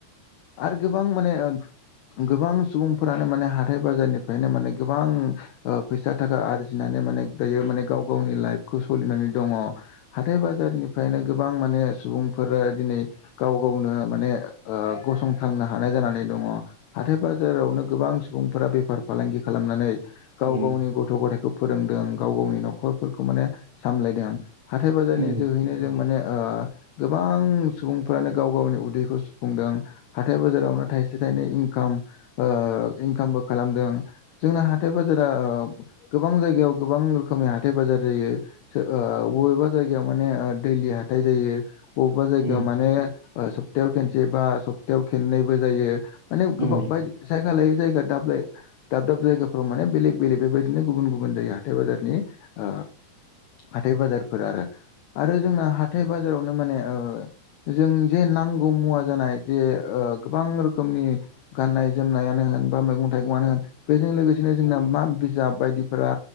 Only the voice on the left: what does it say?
आरो गोबां माने गोबां सुबुंफोरानो माने हाथाय बाजारनिफ्रायनो माने गोबां ओ फैसा थाखा आरजिनानै माने दायो माने गाव गावनि लाइफखौ सलिनानै दङ। हाथाय बाजारनिफ्रायनो गोबां माने सुबुंफोरा दिनै गाव गावनो माने ओ गसंथांनो हानाय जानानै दङ। हाथाय बाजारावनो गोबां सुबुंफोरा बेफार फालांगि खालामनानै गाव
गावनि गथ' गथायखौ फोरोंदों गाव गावनि न'खरफोरखौ माने सामलायदों। हाथाय बाजारनि
जोहैनो जों माने ओ गोबां सुबुंफ्रानो गाव गावनि उदैखौ सुफुंदों हाथाय बाजारावनो थाइसे थाइनै इं काम ओ इनकामबो खालामदों जोंना हाथाइ बाजारा ओ गोबां जायगायाव गोबां रोखोमनि हाथाय बाजार जायो सो ओ बबेबा जायगायाव माने दैलि हाथाय जायो। बबेबा जायगायाव
माने ओ सप्तायाव खेनसे बा सप्तायाव खेननैबो जायो। माने गोबां
बायदि जायगा लायै जायगा दाब लाय दाब दाब जायगाफोराव माने बेलेग बेलेग बे बायदि बिदिनो गुबुन गुबुन जायो हाथाय बाजारनि आ हाथाय बाजारफोर आरो। आरो जोंना हाथाय बाजारावनो माने ओ जों जे नांगौ मुवा जानाय जे ओ गोबां रोखोमनि गाननाय जोमनायानो होन बा मैगं थाइगंआनो होन बेजों लोगोसेनो जोंना मा बिजाब बायदिफोरा